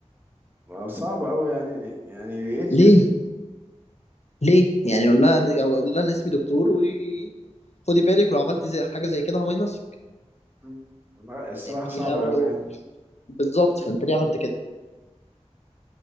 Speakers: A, on the right (about 15°); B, on the left (about 65°).
A: صعب قوي يعني يعني ليه
B: ليه؟
A: كده
B: ليه؟ يعني يقول لها أنا أو أقول لها أنا اسمي دكتور و خدي بالك ولو عملت زي حاجة زي كده همينصك
A: مم. لا، الصراحة
B: اديها
A: صعبة
B: و...
A: قوي يعني
B: بالظبط فأنت ليه عملت كده؟